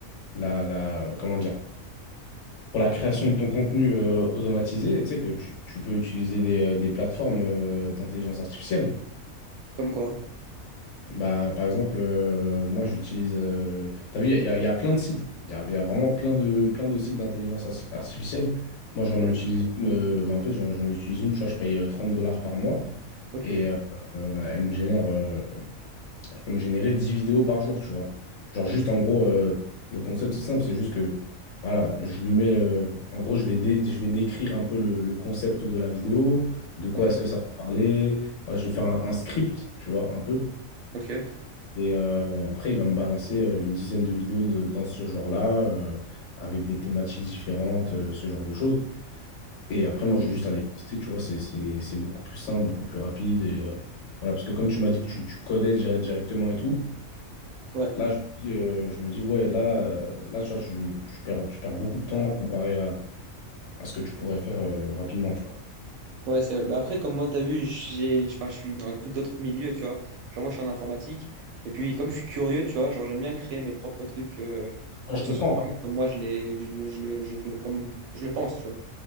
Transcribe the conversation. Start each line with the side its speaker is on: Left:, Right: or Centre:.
Left: la, la, comment dire? pour la création de ton contenu euh, automatisé, tu sais que tu, tu peux utiliser des, euh, des plateformes euh, d'intelligence artificielle.
Right: Comme quoi.
Left: Bah, par exemple, euh, moi j'utilise. euh, t'as vu, il y a, il y a- il y a plein de sites. Il y a, il y a vraiment plein de, plein de sites d'intelligence arti- artificielle. Moi j'en
Right: Ouais.
Left: utilise une. euh, bah, en fait, j'en j'en utilise une. Tu vois, je paye euh, 30 dollars par mois
Right: Ok.
Left: et euh, euh, elle me génère. euh, peut me générer 10 vidéos par jour, tu vois. Genre juste en gros, euh, le concept c'est simple, c'est juste que voilà, je lui mets, euh, en gros, je vais, dé- je vais décrire un peu le, le concept de la vidéo, de quoi
Right: Ouais.
Left: est-ce que ça va parler. Voilà, je vais faire un, un script, tu vois, un peu.
Right: Ok.
Left: Et euh, après, il va me balancer euh, une dizaine de vidéos de- dans ce genre-là, euh, avec des thématiques différentes, euh, ce genre de choses. Et après, moi,
Right: Ok.
Left: j'ai juste à les poster, tu vois, c'est c'est- c'est beaucoup plus simple, beaucoup plus rapide. Et, euh, voilà, parce que comme tu m'as dit que tu, tu codais dire- directement et tout,
Right: Ouais.
Left: Là, je me dis, euh, je me dis ouais, là, euh, là, tu vois, tu, tu perds, tu perds beaucoup de temps comparé à, à ce que tu pourrais faire euh, rapidement, tu vois.
Right: Ouais, c'est... bah après, comme moi, t'as vu, j'ai... enfin, je suis dans un tout autre milieu, tu vois. Genre, moi, je suis en informatique. Et puis, comme je suis curieux, tu vois, genre, j'aime bien créer mes propres trucs euh,
Left: Ouais,
Right: pour
Left: je
Right: que
Left: comprends.
Right: ce soit vraiment comme moi, je les... je, je le- je le- comme je le pense, tu vois.